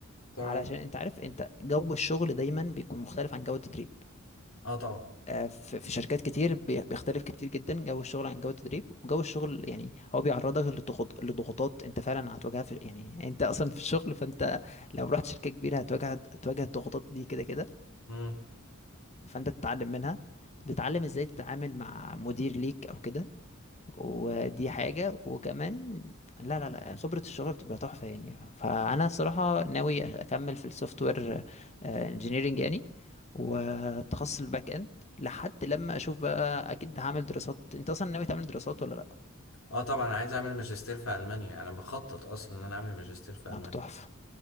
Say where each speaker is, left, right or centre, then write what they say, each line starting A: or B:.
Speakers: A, on the left (about 70°); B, on the left (about 30°).
A: تمام
B: علشان انت عارف انت جو الشغل دايما بيكون مختلف عن جو التدريب
A: اه طبعا
B: آه، في في شركات كتير بي- بيختلف كتير جدا جو الشغل عن جو التدريب وجو الشغل يعني هو بيعرضك لضغوط- لضغوطات انت فعلا هتواجهها في يعني انت اصلا في الشغل فانت لو رحت شركة كبيرة هتواجه هتواجه الضغوطات دي كده كده
A: امم
B: فانت تتعلم منها تتعلم ازاي تتعامل مع مدير ليك او كده ودي حاجة وكمان لا لا لا خبرة الشغل بتبقى تحفة يعني فأنا الصراحة ناوي أكمل في السوفت وير انجينيرنج يعني والتخصص الباك اند لحد لما أشوف بقى أكيد هعمل دراسات أنت أصلا ناوي تعمل دراسات ولا لأ؟
A: اه طبعا انا عايز اعمل ماجستير في المانيا انا بخطط اصلا ان انا اعمل ماجستير في
B: لا
A: المانيا
B: تحفة